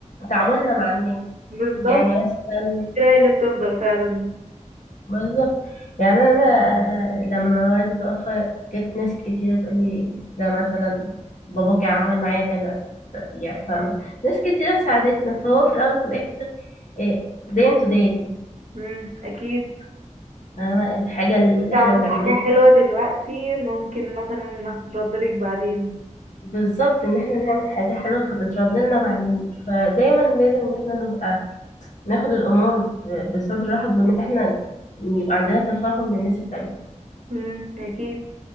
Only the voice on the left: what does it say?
تعاملنا مع الناس
يعني مثلا
بالظبط يعني انا آه، لما والدي توفى جت ناس كتيرة تقول لي ده مثلا باباكي عمل معايا كذا يعني فاهمة ناس كتيرة ساعدتنا فهو في الأول وفي الآخر إيه دين تو دين
فاهمة الحاجة اللي
احنا بنعملها
بالظبط ان احنا نعمل حاجة حلوة فتترد لنا بعدين فدايما لازم ان احنا نبقى ناخد الأمور ب- بصدر رحب وان احنا يبقى عندنا تفاهم للناس التانية